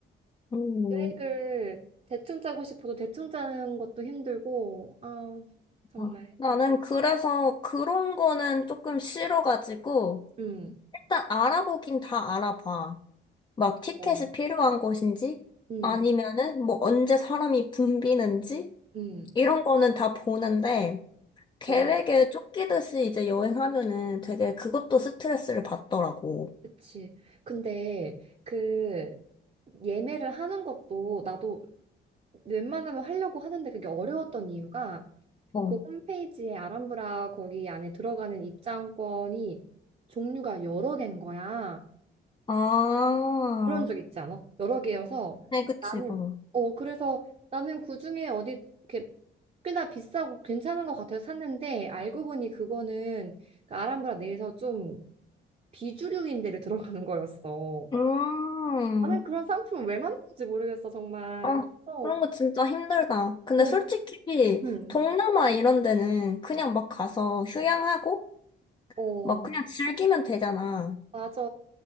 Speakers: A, on the left; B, on the right.
A: 음.
B: 계획을 대충 짜고 싶어도 대충 짜는 것도 힘들고, 아, 정말.
A: 어. 나는 그래서 그런 거는 조금 싫어가지고,
B: 음,
A: 일단 알아보긴 다 알아봐. 막 티켓이
B: 어,
A: 필요한 곳인지,
B: 음,
A: 아니면은 뭐 언제 사람이 붐비는지,
B: 음.
A: 이런 거는 다 보는데, 계획에
B: 어.
A: 쫓기듯이 이제 여행하면은 되게 그것도 스트레스를 받더라고.
B: 그치. 근데 그 예매를 하는 것도 나도 웬만하면 하려고 하는데 그게 어려웠던 이유가
A: 어.
B: 그 홈페이지에 아람브라 거기 안에 들어가는 입장권이 종류가 여러 개인 거야.
A: 아,
B: 그런 적 있지 않아? 여러 개여서
A: 네, 그치,
B: 나는
A: 어.
B: 어 그래서 나는 그중에 어디 이렇게 꽤나 비싸고 괜찮은 것 같아서 샀는데 알고 보니 그거는 그 아람브라 내에서 좀 비주류인 데를 들어가는 거였어.
A: 음.
B: 나는 그런 상품을 왜 만드는지 모르겠어, 정말.
A: 아,
B: 그래서,
A: 그런 거 진짜 힘들다. 근데
B: 어,
A: 솔직히
B: 음.
A: 동남아 이런 데는 그냥 막 가서 휴양하고
B: 어,
A: 막 그냥 즐기면 되잖아.
B: 맞아.